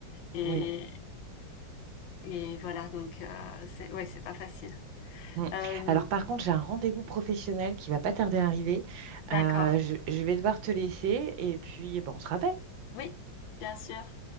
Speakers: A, on the left; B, on the right.
A: et,
B: oui.
A: et voilà donc euh, c'est ouais, c'est pas facile.
B: mm.
A: Euh,
B: Alors par contre, j'ai un rendez-vous professionnel qui va pas tarder à arriver.
A: d'accord.
B: Euh, je, je vais devoir te laisser et puis bah, on se rappelle.
A: Oui, bien sûr.